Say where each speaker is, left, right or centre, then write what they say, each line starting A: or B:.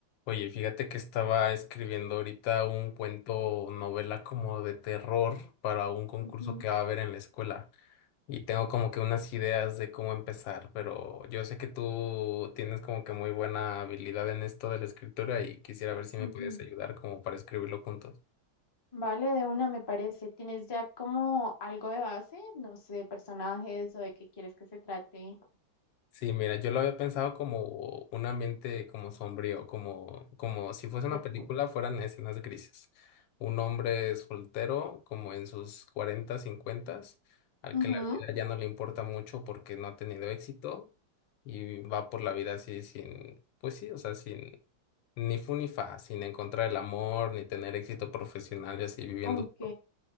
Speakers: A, on the left; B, on the left.
A: Oye, fíjate que estaba escribiendo ahorita un cuento, novela como de terror para un concurso
B: Ujú,
A: que va a haber en la escuela y tengo como que unas ideas de cómo empezar, pero yo sé que tú tienes como que muy buena habilidad en esto de la escritura y quisiera ver si
B: ujú.
A: me puedes ayudar como para escribirlo juntos.
B: Vale, de una me parece. ¿Tienes ya como algo de base? No sé, personajes o de qué quieres que se trate.
A: Sí, mira, yo lo había pensado como un ambiente como sombrío, como, como si fuese
B: Ok.
A: una película fueran escenas grises. Un hombre soltero, como en sus 40, 50, al
B: Ujú,
A: que la vida ya no le importa mucho porque no ha tenido éxito y va por la vida así sin, pues sí, o sea, sin ni fu ni fa, sin encontrar el amor, ni tener éxito profesional y así viviendo.
B: ok.
A: solo.